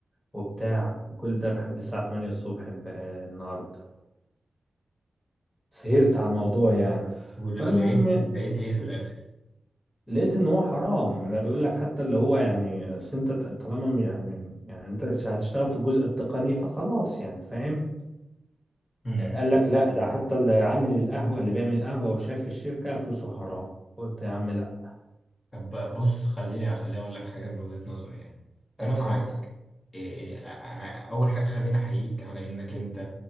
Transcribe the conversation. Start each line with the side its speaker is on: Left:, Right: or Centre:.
Centre: وبتاع وكل ده لحد الساعة 8 الصبح ب- آه، النهارده سهرت على الموضوع يعني
Left: ول-
Centre: فالمهم
Left: ولقيت لقيت ايه في الاخر
Centre: لقيت ان هو حرام انا بيقول لك حتى اللي هو يعني أصل انت طالما م- يعني يعني انت هتشتغل في الجزء التقني فخلاص يعني فاهم
Left: امم
Centre: قال لك لا ده حتى اللي عامل القهوة اللي بيعمل قهوة وشايف الشركة فلوسه حرام قلت يا عم لا
Left: طب بقى بص خليني خليني اقول لك حاجه من وجهه نظري يعني انا
Centre: اتفضل
Left: معاك إيه، إيه، أ- أ- اول حاجه خليني احييك على انك انت